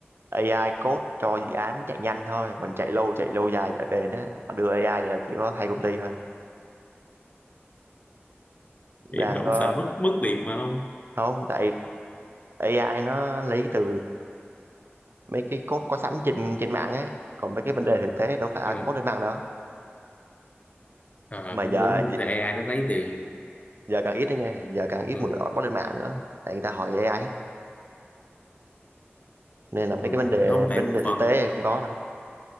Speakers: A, on the right; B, on the left.
A: AI code cho dự án chạy nhanh thôi còn chạy lâu chạy lâu dài lại bền á mà đưa AI là chỉ có hai công ty thôi đang
B: hiểm không
A: có
B: sợ mất mất việc mà không
A: không tại AI nó lấy từ mấy cái code có sẵn trên trên mạng á còn mấy cái vấn đề thực tế đâu phải ai
B: ờ
A: cũng post lên mạng đó
B: ờ,
A: mà
B: cũng
A: giờ
B: đúng cũng tại AI nó lấy tiền
A: giờ càng ít đấy nha giờ càng ít
B: ừ,
A: người post lên mạng nữa tại người ta hỏi AI hết. nên là
B: ừ.
A: mấy cái vấn đề
B: không tại
A: vấn
B: một
A: đề
B: phần
A: thực tế không có đâu